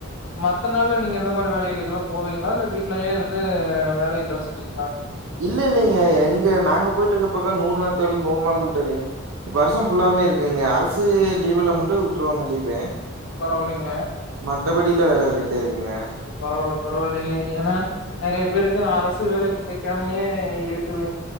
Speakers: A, on the left (about 70°); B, on the right (about 85°).
A: மத்த நாள்ல நீங்க எந்த மாரி வேலைகளுக்குலா போவீங்ளா இல்ல வீட்லயே இருந்து வேலை கழிச்சுகிங்ளா
B: இல்ல இல்லைங்க எங்க நாங்க போய்ட்டு இருக்க பக்கோ நூர் நாள் தொழில் நூர் நாள் முட்டு இல்லைங்க வருஷோ ஃபுல்லாமே இருக்குங்க அரசு லீவுல மட்டு உட்ருவாங்க லீவு
A: பரவாயில்லைங்க
B: மத்தபடியில வேல இருந்துட்டே இருக்குங்க
A: பரவால்ல பரவாயில்லைங்க ஏனா நெறைய பேருக்கு அரசு வேலை கெடைக்காமியே இருக்குது